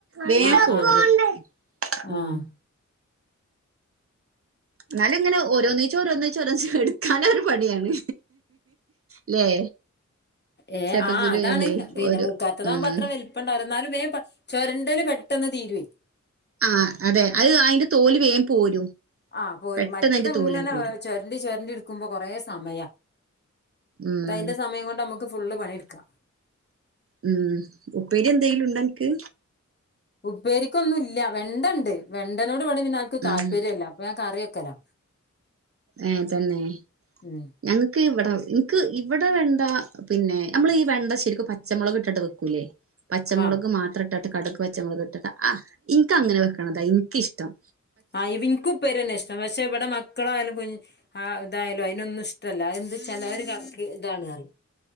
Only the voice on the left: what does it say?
ആഹ് ആഹ്
ആഹ്
ഏഹ്,
ആഹ് അതാണ്.
പിന്നെ
മൂക്കാത്തതാകുമ്പോ
അത്ര വെല് പ്പണ്ടാവൂല ഇന്നാലും വേം പ ചൊരണ്ടെല് പെട്ടെന്ന് തീര്വേ.
ആഹ് പോരും
മറ്റെത്
ഇങ്ങനെ
ചൊരണ്ടി ചൊരണ്ടി ഇട്ക്കുമ്പോ കൊറെ സമയാ.
ഇത് അയ്ന്റെ സമയം കൊണ്ട് നമക്ക് ഫുള്ള് പണിട്ക്കാ.
ഉപ്പേരിക്കൊന്നും ഇല്ല. വെണ്ടണ്ട്, വെണ്ടനോട് ഇവടെ പിന്നെ ആർക്കും താല്പര്യല്ല.
അപ്പ ഞാൻ കറി വെക്കലാ.
ഉം
ആ
ആഹ് യ് വ് ഇൻക്കും ഉപ്പേര്യെന്നെ ഇഷ്ടം പക്ഷെ ഇവടെ മ മക്കളായാലും കുഞ് ഹാ ഇതായാലും അയിനൊന്നും ഇഷ്ടല്ല. അതെന്ത് വെച്ചാല് അതൊര് ക കി ഇതാണ് പറയും.